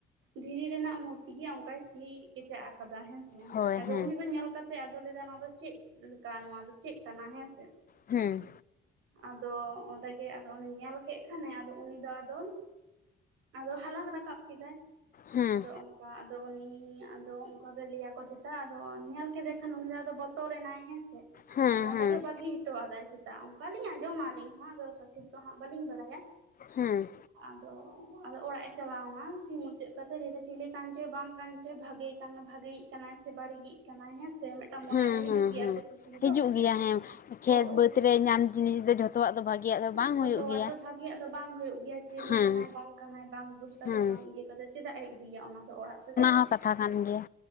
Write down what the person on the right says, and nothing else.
ᱫᱷᱤᱨᱤ ᱨᱮᱱᱟᱜ ᱢᱩᱨᱛᱤ ᱜᱮ ᱚᱱᱠᱟᱭ ᱥᱤ ᱠᱮᱪᱟᱜ ᱟᱠᱟᱫᱟ ᱦᱮᱸ ᱥᱮ
ᱟᱫᱚ
ᱩᱱᱤ ᱫᱚ ᱧᱮᱞ ᱠᱟᱛᱮ ᱟᱫᱚ ᱞᱟᱹᱭᱟ ᱱᱚᱣᱟ ᱫᱚ ᱪᱮᱫ ᱞᱮᱠᱟ ᱱᱚᱣᱟ ᱫᱚ ᱪᱮᱫ ᱠᱟᱱᱟ ᱦᱮᱸᱥᱮ
ᱟᱫᱚ ᱚᱸᱰᱮᱜᱮ ᱟᱫᱚ ᱚᱱᱮ ᱧᱮᱞ ᱠᱮᱫ ᱠᱷᱟᱱᱮ ᱟᱫᱚ ᱩᱱᱤ ᱫᱚ ᱟᱫᱚ ᱟᱫᱚ ᱦᱟᱞᱟᱝ ᱨᱟᱠᱟᱵ ᱠᱮᱫᱟᱭ
ᱟᱫᱚ ᱚᱱᱠᱟ ᱟᱫᱚ ᱩᱱᱤ ᱟᱫᱚ ᱚᱱᱠᱟᱟ ᱜᱮ ᱞᱟᱹᱭ ᱟᱠᱚ ᱪᱮᱛᱟ ᱟᱫᱚ ᱧᱮᱞ ᱠᱮᱫᱮ ᱠᱷᱟᱱ ᱩᱱᱤ ᱫᱚ ᱟᱫᱚ ᱵᱚᱛᱚᱨ ᱮᱱᱟᱭ ᱦᱮᱸ ᱥᱮ
ᱟᱫᱚ
ᱚᱸᱰᱮ ᱵᱟᱹᱜᱤ ᱦᱚᱴᱚᱣᱟᱫᱟᱭ ᱪᱮᱛᱟ ᱚᱱᱠᱟᱞᱤᱧ ᱟᱸᱡᱚᱢᱟ ᱟᱹᱞᱤᱧ ᱦᱚᱸ ᱟᱫᱚ ᱥᱚᱴᱷᱤᱠ ᱫᱚ ᱦᱟᱸᱜ ᱵᱟᱹᱞᱤᱧ ᱵᱟᱲᱟᱭᱟ
ᱟᱫᱚ ᱟᱫᱚ ᱚᱲᱟᱜ ᱮ ᱪᱟᱞᱟᱣᱮᱱᱟ ᱥᱤ ᱢᱩᱪᱟᱹᱫ ᱠᱟᱛᱮ ᱞᱟᱹᱭ ᱫᱟᱭ ᱪᱤᱞᱤ ᱠᱟᱱ ᱪᱚᱭ ᱵᱟᱝ ᱠᱟᱱ ᱪᱚᱭ ᱵᱷᱟᱜᱮ ᱠᱟᱱ ᱵᱷᱟᱜᱮᱭᱤᱡ ᱠᱟᱱᱟᱭ ᱥᱮ ᱵᱟᱹᱲᱤᱡᱤᱡ ᱠᱟᱱᱟᱭ ᱦᱮᱸ ᱥᱮ ᱢᱤᱫᱴᱟᱝ ᱢᱚᱱᱮᱨᱮ
ᱦᱤᱡᱩᱜ
ᱜᱮᱭᱟ
ᱥᱮ ᱠᱩᱠᱞᱤ
ᱫᱚ
ᱦᱳᱭ
ᱡᱷᱚᱛᱚᱣᱟᱜ
ᱫᱚ ᱵᱷᱟᱜᱤᱭᱟᱜ ᱫᱚ ᱵᱟᱝ ᱦᱩᱭᱩᱜ ᱜᱮᱭᱟ ᱪᱤᱞᱤ
ᱠᱟᱱᱟᱭ ᱵᱟᱝ ᱠᱟᱱᱟᱭ ᱵᱟᱝ ᱵᱩᱡᱽ ᱠᱟᱛᱮ
ᱵᱟᱝ ᱤᱭᱟᱹ ᱠᱟᱛᱮ ᱪᱮᱫᱟᱜ ᱮ ᱤᱫᱤᱭᱟ ᱚᱱᱟ ᱫᱚ ᱚᱲᱟᱜ ᱛᱮ ᱫᱚ